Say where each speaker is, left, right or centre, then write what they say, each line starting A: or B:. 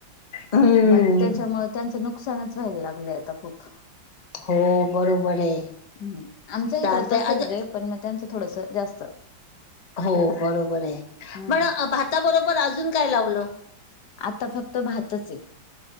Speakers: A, on the left; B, on the left.
A: हम्म
B: म त्याच्यामुळे त्यांचं नुकसानच व्हायल लागलेय आता खूप.
A: हो बरोबर आहे.
B: हम्म आमच इकडं
A: चालतय
B: तसंच
A: अज
B: आहे पण म त्यांचं थोडंसं जास्त.
A: हो बरोबर आहे
B: हम्म
A: पण भाताबरोबर अजून काय लावलं?
B: आत्ता फक्त भातचं आहे.